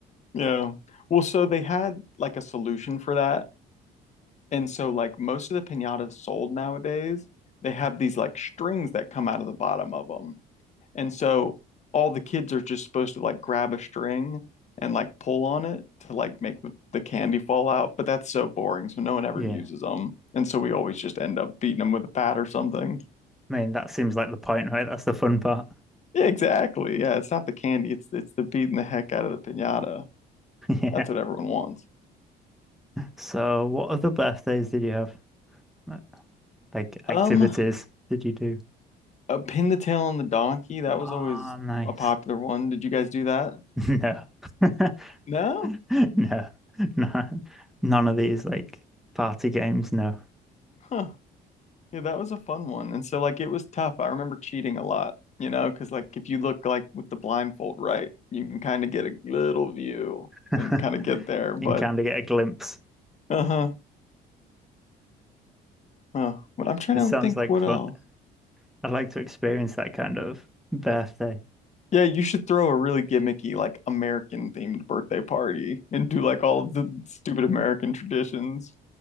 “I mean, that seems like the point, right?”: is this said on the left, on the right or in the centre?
Centre